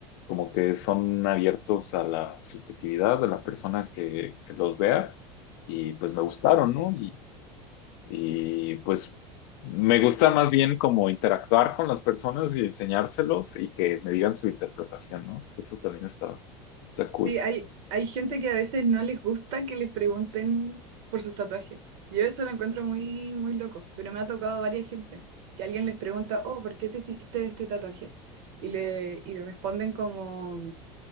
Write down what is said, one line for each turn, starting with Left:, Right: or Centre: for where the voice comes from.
Left: como que son abiertos a la subjetividad de la persona que, que los vea y pues me gustaron, ¿no? Y, y pues me gusta más bien como interactuar con las personas y enseñárselos y que me digan su interpretación, ¿no? Eso también está, está cool.
Right: Sí, hay, hay gente que a veces no les gusta que les pregunten por sus tatuajes. Yo eso lo encuentro muy, muy loco, pero me ha tocado a varias gente, que alguien les pregunta, oh, ¿por qué te hiciste este tatuaje? Y le, y responden como...